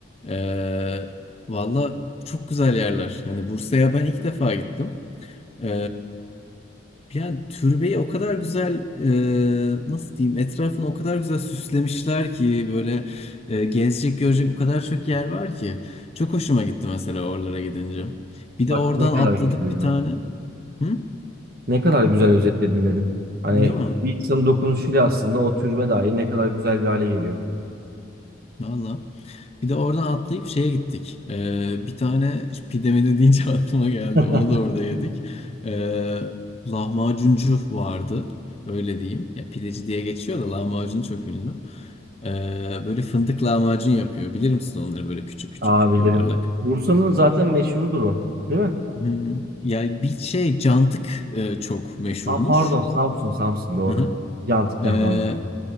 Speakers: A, on the left; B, on the right.
A: Ee, valla çok güzel yerler. Hani Bursa'ya ben ilk defa gittim. E, yani türbeyi o kadar güzel e, nasıl diyeyim etrafını o kadar güzel süslemişler ki böyle e, gezecek görecek o kadar çok yer var ki. Çok hoşuma gitti mesela oralara gidince. Bir de
B: Bak
A: oradan
B: ne kadar
A: atladık
B: güzel
A: bir
B: ya.
A: tane. Hı?
B: Ne kadar güzel özetledin dedim. Hani
A: Değil mi?
B: bir insanın dokunuşuyla aslında o türbe dahi ne kadar güzel bir hale geliyor.
A: Valla. Bir de oradan atlayıp şeye gittik. Ee, bir tane pidemini deyince <laughs> aklıma geldi.
B: <laughs>
A: Onu da orada yedik. Ee, lahmacuncu vardı. Öyle diyeyim. Ya pideci diye geçiyor da lahmacun çok ünlü. Ee, böyle fındık lahmacun yapıyor. Bilir misin onları böyle küçük küçük
B: Abilerim.
A: yuvarlak?
B: Bursa'nın zaten meşhurdur o. Değil mi?
A: Hmm, yani bir şey cantık e, çok meşhurmuş.
B: Ha pardon Samsun Samsun doğru.
A: Hı hı.
B: Cantık
A: Ee,
B: lahmacun.